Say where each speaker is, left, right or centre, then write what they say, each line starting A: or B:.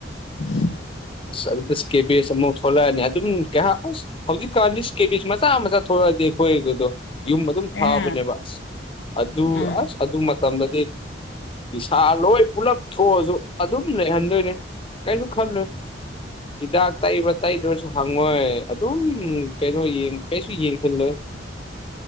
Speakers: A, on the left; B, on the left.
A: <unintelligible>
B: ꯑꯁ ꯑꯗꯨ ꯁꯀꯦꯕꯦꯁ ꯑꯃꯨꯛ ꯊꯣꯛꯂꯛꯑꯅꯤ ꯑꯗꯨꯝ ꯀꯌꯥ ꯑꯁ꯫ ꯍꯧꯖꯤꯛꯀꯥꯟꯗꯤ ꯀꯦꯕꯤꯁ ꯃꯆꯥ ꯃꯆꯥ ꯊꯣꯛꯂꯛꯑꯗꯤ ꯑꯩꯈꯣꯏꯗꯣ ꯌꯨꯝ ꯑꯗꯨꯝ
A: ꯑꯦ
B: ꯊꯥꯕꯅꯦꯕ ꯑꯁ ꯑꯗꯨ
A: ꯎꯝ
B: ꯑꯁ ꯑꯗꯨ ꯃꯇꯝꯗꯗꯤ ꯅꯤꯁꯥ ꯂꯣꯏ ꯄꯨꯂꯞ ꯊꯣꯛꯑꯁꯨ ꯑꯗꯨꯝ ꯂꯩꯍꯟꯗꯣꯏꯅꯦ꯫ ꯈꯜꯂꯦ꯫ ꯍꯤꯗꯥꯛ ꯇꯛꯏꯕ ꯇꯩꯗ꯭ꯔꯁꯨ ꯍꯪꯉꯣꯏ ꯑꯗꯨꯝ ꯀꯩꯅꯣ ꯀꯩꯁꯨ ꯌꯦꯡꯁꯤꯜꯂꯣꯏ